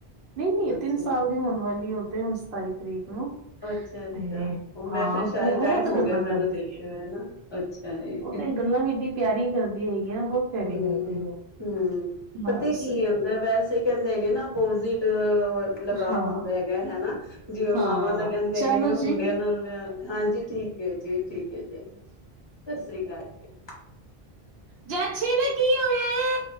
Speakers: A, on the right; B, on the left.
A: ਨਹੀਂ ਨਹੀਂ,
B: ਅੱਛਾ
A: ਤਿੰਨ ਸਾਲ ਦੀ ਹੋਣ ਵਾਲੀ ਹੋ ਤੇ ਹੁਣ ਸਤਾਈ ਤਰੀਕ ਨੂੰ
B: ਅੱਛਾ ਅੱਛਾ,
A: ਤੇ
B: ਉਹ
A: ਹਾਂ
B: ਮੈਂ ਫੇਰ ਸ਼ਾਇਦ
A: ਬਹੁਤ
B: ਟਾਈਮ ਹੋ
A: ਗੱਲਾਂ
B: ਗਿਆ ਮੈਨੂੰ
A: ਕਰਦੀ
B: ਦੇਖਿਆ
A: ਏ।
B: ਨਾ, ਅੱਛਾ ਜੀ।
A: ਉਹ ਤੇ ਗੱਲਾਂ ਵੀ ਏਡੀ ਪਿਆਰੀ ਕਰਦੀ ਹੈਗੀ ਨਾ ਬਹੁਤ ਪਿਆਰੀ
B: ਹੂੰ,
A: ਕਰਦੀ ਹੈ।
B: ਹੂੰ,
A: ਬਸ
B: ਪਤਾ ਕੀ ਹੁੰਦਾ, ਵੈਸੇ ਕਹਿੰਦੇ ਹੈਗੇ ਨਾ <unintelligible> ਲਗਾਵ
A: ਹਾਂ।
B: ਹੁੰਦਾ ਹੈਗਾ ਹਨਾ। ਜਿਵੇ
A: ਹਾਂ
B: ਮਾਵਾਂ ਤਾਂ ਕਹਿੰਦੇ ਹੈਗੇ
A: ਚਲੋ
B: ਨੇ ਮੁੰਡਿਆਂ
A: ਜੀ
B: ਨਾਲ, ਹਾਂਜੀ ਠੀਕ ਹੈ, ਜੀ ਠੀਕ ਹੈ ਜੀ, ਸਤਿ ਸ੍ਰੀ ਅਕਾਲ ਜੀ।
A: ਜੈਛੀਨ ਕੀ ਹੋਇਆ ਏ।